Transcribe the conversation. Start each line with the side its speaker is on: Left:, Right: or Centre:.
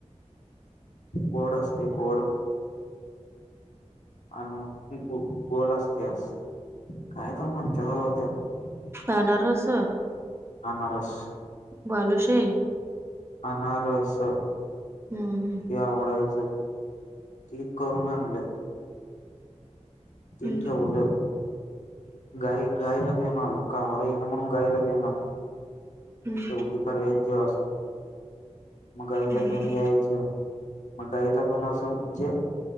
Left: गोड असत गोड आणि गोल असतयास काय तवा म्हणत्यात बाबा तेला
Right: अनारस.
Left: अनारस.
Right: बालूशाही.
Left: अनारस.
Right: हम्म हम्म
Left: ते अवडायच. ती करून आणलं ते
Right: हम्म
Left: ठेउलं
Right: हम्म
Left: गाय गायला घेऊन आलो कावळा यीना म्हणून गायला घेऊन आलो
Right: हम्म
Left: <unintelligible> इतिहास मग, गायला
Right: हम्म
Left: घेऊन यायचं. मग गाईला पण असं म्हणजे?